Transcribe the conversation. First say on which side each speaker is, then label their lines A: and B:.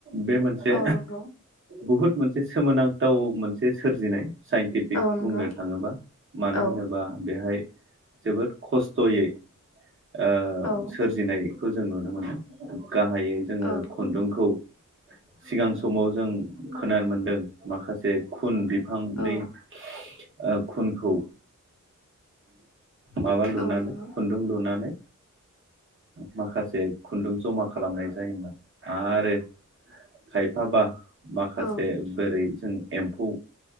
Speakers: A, on the right (about 40°); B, on the left (about 50°).
A: बे मोनसे
B: औ नंगौ
A: बहुद मोनसे सोमोनांथाव मोनसे सोरजिनाय साइन्टिफिक
B: औ नंगौ
A: बुंनो थाङोबा मानो
B: औ
A: होनोबा बेहाय जोबोद खस्थ'यै ओ
B: औ
A: सोरजिनायखौ जों नुनो मोनो गाहायै जोङो
B: औ
A: खुन्दुंखौ सिगां समाव जों खोनानो मोन दों। माखासे खुन बिफांनि
B: औ
A: ओ खुनखौ माबा लुनानै
B: औ नंगौ
A: खुन्दुं लुनानै माखासे खुन्दुं जमा खालामनाय जायोमोन आरो खायफाबा माखासे
B: औ
A: बोरै जों एमफौ